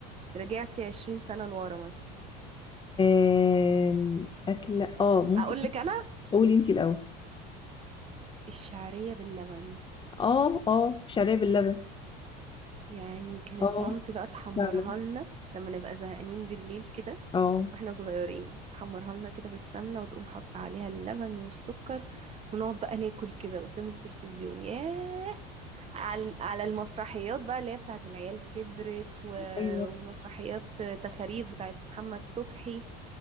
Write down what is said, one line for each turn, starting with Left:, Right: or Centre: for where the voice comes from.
Right: رجعتي عشرين سنة لورا مثلا
Left: آم، اكله اه ممكن
Right: اقول لك انا
Left: قولي انت الاول
Right: الشعرية باللبن
Left: اه اه شعريه باللبن
Right: يعني كانت
Left: اه
Right: مامتي بقى تحمرها
Left: فعلا
Right: لنا لما نبقى زهقانين بالليل كده
Left: اه
Right: واحنا صغيرين تحمرها لنا كده في السمنة وتقوم حاطة عليها اللبن والسكر ونقعد بقى ناكل كده قدام التلفزيون ياه على على المسرحيات بقى اللي هي بتاعت العيال كبرت و...
Left: ايوه
Right: ومسرحيات تخاريف بتاعت محمد صبحي